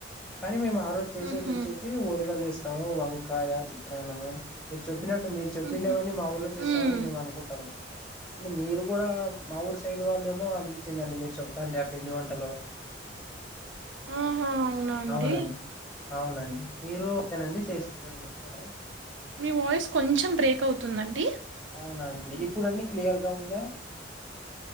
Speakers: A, in the centre; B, on the right.
A: కానీ మేము ఆ రోజ్ చేసేతి
B: హుహు.
A: వచ్చేసి ఓలిగాలు చేస్తాము వంకాయ, చిత్రాన్నము మీరు చ ప్పినట్టు మీరు చెప్పిండేవన్నీ
B: హుహు.
A: మా ఊళ్ళో చేస్తామని
B: హ్మ్.
A: మేము అనుకుంటాము అంటే మీరు కూడా మా ఊరు సైడ్ వాళ్ళేమో అనిపించిందండి మీరు చెప్తాంటే ఆ పిండి వంటలు
B: ఆహా! అవునా అండి?
A: అవునండి అవునండి మీరు ఓకే నా అండి చేసి ఏమనా చేస్తారా
B: మీ వాయిస్ కొంచెం బ్రేక్ అవుతుందండి
A: అవునాండి ఇప్పుడుండి క్లియర్ గా ఉందా